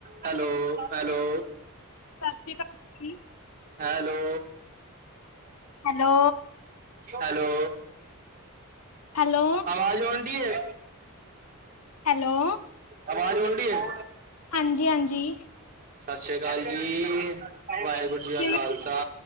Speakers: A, on the right; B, on the left.
A: Hello hello
B: ਸਤਿ ਸ਼੍ਰੀ ਅਕਾਲ ਜੀ
A: ਹੈਲੋ
B: ਹੈਲੋ,
A: ਹੈਲੋ
B: ਹੈਲੋ,
A: ਆਵਾਜ਼ ਆਉਣਦੀ ਹੈ
B: ਹੈਲੋ
A: ਅਵਾਜ਼ ਮੰਡੀ ਹੈ
B: ਹਾਂਜੀ ਹਾਂਜੀ
A: ਸਤਿ ਸ੍ਰੀ ਅਕਾਲ ਜੀ ਵਾਹਿਗੁਰੂ ਜੀ ਕਾ
B: ਕਿਵੇਂ
A: ਖਾਲਸਾ